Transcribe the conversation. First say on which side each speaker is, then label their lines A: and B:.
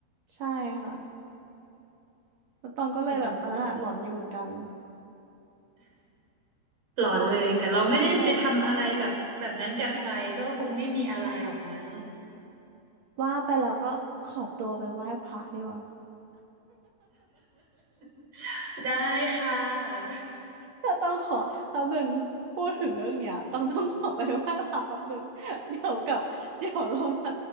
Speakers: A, on the right; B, on the right.
A: ใช่ค่ะแล้วตองก็เลยแบบอันนั้นอะหลอนอยู่เหมือนกัน
B: โห หลอนเลยแต่เราไม่ได้ไปทำอะไรแบบแบบนั้นกับใครก็คงไม่มีอะไรหรอกมั้ง
A: ใช่ว่าไปแล้วก็ขอตัวไปไหว้พระดีกว่า
B: <laughs> ได้ค่ะ
A: เราต้องขอแป๊บหนึ่งพูดถึงเรื่องเนี้ยต้องต้องขอไปไหว้พระแป๊บหนึ่ง <laughs> เดี๋ยวกลับเดี๋ยวเรามา